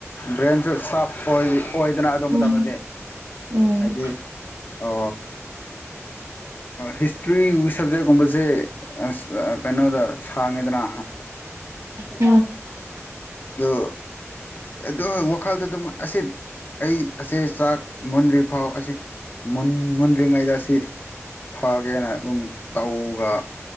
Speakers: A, on the left; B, on the right.
A: ꯕ꯭ꯔꯦꯟꯁꯨ ꯁꯥꯔꯞ ꯑꯣꯏ ꯑꯣꯏꯗꯅ ꯑꯗꯨ
B: ꯎꯝ
A: ꯃꯇꯝꯗꯗꯤ
B: ꯎꯝ
A: ꯍꯥꯏꯗꯤ ꯑ ꯍꯤꯁꯇ꯭ꯔꯤ ꯁꯕꯖꯦꯛꯀꯨꯝꯕꯁꯦ ꯑꯁ ꯀꯩꯅꯣꯗ ꯁꯥꯡꯉꯦꯗꯅ
B: ꯎꯝ
A: ꯑꯗꯨꯗꯣ ꯑꯗꯨ ꯑꯗꯨ ꯋꯥꯈꯥꯜꯗ ꯑꯗꯨꯃꯛ ꯑꯁꯤ ꯑꯩ ꯑꯁꯦ ꯆꯥꯛ ꯃꯨꯟꯗ꯭ꯔꯤ ꯐꯥꯎ ꯑꯁꯤ ꯟ ꯃꯨꯟ꯭ꯔꯤꯉꯩꯗ ꯑꯁꯤ ꯐꯒꯦꯅ ꯑꯗꯨꯝ ꯇꯧꯒ